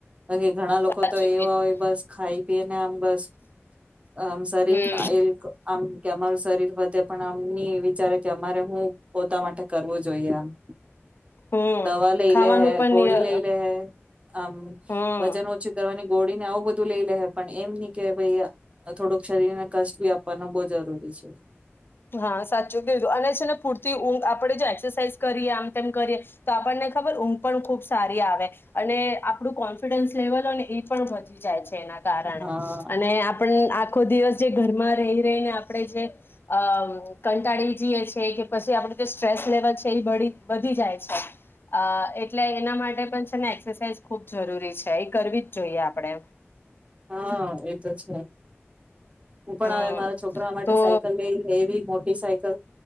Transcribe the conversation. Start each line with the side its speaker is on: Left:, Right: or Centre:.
Right: બાકી ઘણા લોકો
Left: સાચું
Right: તો
Left: કીધું
Right: એવા હોય બસ ખાઈ પીને આમ બસ આમ શરીર
Left: હમ
Right: એ આમ કે અમારું શરીર વધે પન અમની વિચારે કે અમારે હું પોતા માટે કરવું જોઈએ આમ
Left: હમ
Right: દવા લઈ
Left: ખાવાનું
Right: લે હે
Left: પણ
Right: ગોળી
Left: નિય
Right: લઈ લે હે આમ
Left: હમ
Right: વજન ઓછી કરવાની ગોળીને આવું બધું લઈ લે હે પણ એમ ની કે ભાઈ થોડુંક શરીરને કષ્ટ ભી આપવાનું બો જરૂરી છે
Left: હા સાચું કીધું અને છે ને પૂરતી ઊંઘ આપડે જો એક્સરસાાઈઝ કરીએ આમ તેમ કરીએ તો આપણને ખબર ઊંઘ પણ ખુબ સારી આવે અને આપડું કોન્ફિડન્સ લેવલ હોય ને એ પણ વધી જાય છે એના કારણે
Right: હા
Left: અને આપ આ આખો દિવસ જે ઘરમા રહી રહી ને આપણે જે અમ કંટાળી જઈએ છે કે પછી આપણે જે સ્ટ્રેસ લેવલ છે એ વધી જાય છે અ એટલે એના માટે પણ છે ને એક્સરસાઇઝ ખૂબ જરૂરી છે એ કરવી જ જોઈએ આપણે
Right: હા એ તો છે હું પણ
Left: હમ
Right: આવે મારા છોકરા માટે
Left: તો
Right: સાયકલ લઈ એવી મોટી સાયકલ